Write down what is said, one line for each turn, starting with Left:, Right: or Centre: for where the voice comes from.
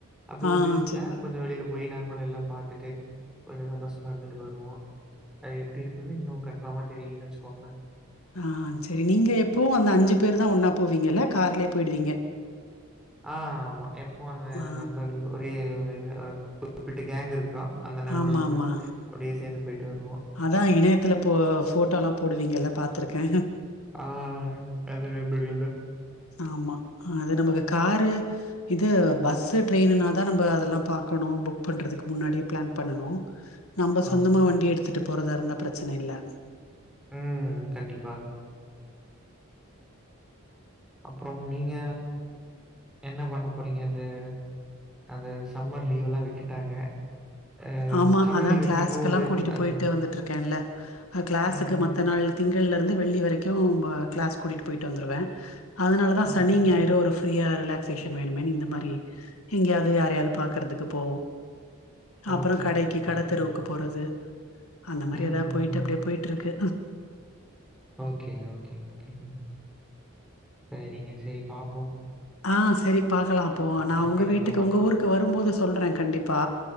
Centre: அப்டி
Left: ஆ
Centre: உறுதி செஞ்சா
Left: செரி
Centre: கொஞ்சோ வெளியில போய் நண்பர்கள்லல்லா பாத்துட்டு கொஞ்சோ சந்தோஷ் மறந்துட்டு வருவோ அது எப்டி இருக்குன்னு இன்னு கன்ஃபார்மா தெரியலனு வச்சுக்கோங்ளே
Left: ஆ சரி நீங்க எப்பவு அந்த அஞ்சு பேருதா ஒன்னாப் போவீங்கல கார்லியேப் போயிடுவீங்க
Centre: ஆ ஆமா எப்பவு அந்த
Left: ஆ
Centre: நண்பர்கள் ஒரே ஒரு குறிப்பிட்ட கேங் இருக்குறோ அந்த நண்பர்கள்
Left: ஆமா
Centre: கூட
Left: ஆமா
Centre: அப்டியே சேந்து பொயாட்டு வருவோ
Left: அதா இணையத்துல போ போட்டோல்லா போடுவீங்கல்ல பாத்ருக்கே
Centre: ஆ அந்த நண்பர்கள் தா
Left: ஆமா அது நமக்கு காரு இது பஸ்ஸு ட்ரெயினுனாதா நம்ப அதெல்லாம் பாக்கணு புக் பண்றதுக்கு முன்னாடியேப் பிளான் பண்ணணு நம்ப சொந்தமா
Centre: ஆமா.
Left: வண்டி எடுத்துட்டு போறதா இருந்தா பிரச்சன இல்ல
Centre: ம் கண்டிப்பா அப்றம் நீங்க என்ன பண்ண போறீங்க அந்து அது சம்மர் லீவ்ல்லா விட்டுட்டாங்க அ
Left: ஆமா
Centre: சம்மர்
Left: அதா
Centre: லீவ்
Left: கிளாசுக்கெல்லா
Centre: எப்படி போகுது?
Left: கூட்டிட்டு
Centre: அது
Left: பொய்ட்டு வந்துட்ருக்கேல கிளாஸுக்கு
Centre: ம்.
Left: மத்த நாள் திங்கள்லிருந்து வெள்ளி வரைக்கோ கிளாஸ் கூட்டிட்டு போயிட்டு வந்துருவே அதனால தா
Centre: ஓகே.
Left: சனி ஞாயிறு ஒரு ஃப்ரீயா ரிலாக்சேஷன் வேணுமேன் இந்த மாரி எங்கயாவது யாரயாவது பாக்றதுக்கு போவோ அப்புறம்
Centre: ஓகேங்க,
Left: கடைக்கி
Centre: ஓகேங்க.
Left: கடைத்தெருவுக்கு போறது அந்த மாரி
Centre: ம்,
Left: ஏதாவது
Centre: ம்,
Left: போயிட்டு
Centre: ம்.
Left: அப்படியே போயிட்டு இருக்கு
Centre: ஓகேங்க ஓகேங்க ஓகேங்க சரிங்க சரி பாப்போ
Left: ஆ சரி பாக்கலா அப்போ நா
Centre: இன்னொரு
Left: உங்க
Centre: அழைப்புல
Left: வீட்டுக்கு
Centre: பார்க்கலாம்.
Left: உங்க ஊருக்கு வரும் போது சொல்றே கண்டிப்பா